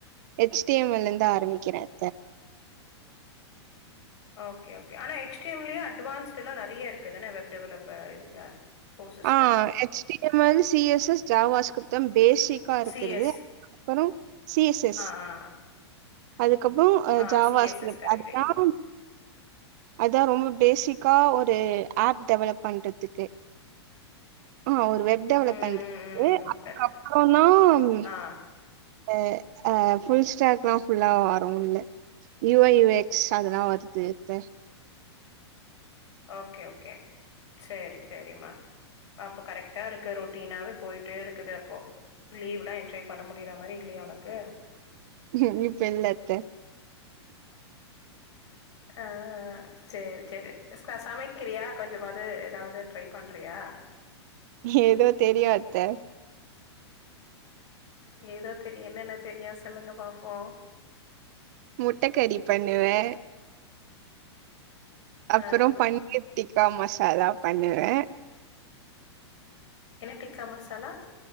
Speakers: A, on the right; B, on the left.
A: எச்டிஎம்எல் இருந்து ஆரம்பிக்கிறேன்
B: ஓகே ஓகே ஆனா ஹெச்டிஎம்லயே அட்வான்ஸ்ட் எல்லாம் நிறைய இருக்குதுானனா வெப் டெவலப் இதுல கோர்சஸ்ல
A: ஆஹ் H T M L C S S JavaScript தம் பேசிக்கா இருக்கிறது
B: சி எஸ்
A: அப்பறோ சி எஸ் எஸ்
B: ஆ ஆ
A: அதுக்கு அதுக்கப்பறம்
B: ஆ
A: Java
B: C S
A: script
B: S correct
A: அதுதான் அதான் ரொம்ப பேசிக் க்கா ஒரு ஆப் டெவலப் பண்றதுக்கு ஆஹ் ஒரு வெப் டெவலப்மெண்ட்
B: ம் ம்
A: க்கு
B: ம்
A: அதுக்கப்புறம்
B: கரெக்ட்
A: தான் உம்
B: ஆ
A: அ ஆஹ் ஃபுல் ஸ்டாக்லாம் புல்லா வரவும் இல்ல யூ ஐ யு எக்ஸ் அதெல்லாம் வருது து த
B: ஓகே ஓகே சேரி செரிம்மா அப்போ கரெக்டா இருக்கு ரொட்டீனாவே போயிட்டே இருக்குது அப்போ லீவ் எல்லாம் என்ஜாய் பண்ண முடியற மாரி இல்லையா உனக்கு
A: <unintelligible> இப்பன் லத்த
B: ஆஹ் சேரி செரி ஸ்கா சமைக்கிறியா கொஞ்சமாது ஏதாவது ட்ரை பண்றியா
A: ஏதோ தெரியும் அத்த
B: ஏதோ தெரியு என்னென்ன தெரியும் சொல்லுங்க பாப்போம்
A: முட்ட கறி பண்ணுவேன் அப்புறோ
B: ஆ
A: பண்ணியது ட்டிக்கா மசாலா பண்ணுவேன்
B: என்ன டிக்கா மசாலா